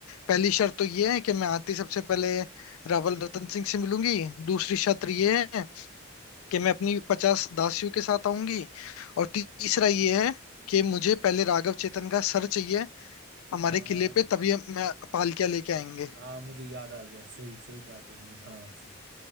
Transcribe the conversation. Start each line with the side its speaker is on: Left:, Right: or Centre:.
Left: पहली शर्त तो ये है कि मैं आती सबसे पहले रावल रतन सिंह से मिलूंगी दूसरी शर्त ये है कि मैं अपनी पचास दासियों के साथ आऊंगी और ती- तीसरा ये है कि मुझे पहले राघव चेतन का सर चाहिए हमारे
Right: हाँ
Left: किले पे तभी हम- मैं पालकिया लेके आएंगे
Right: हाँ मुझे याद आ गया सही सही कहा तुमने हाँ स-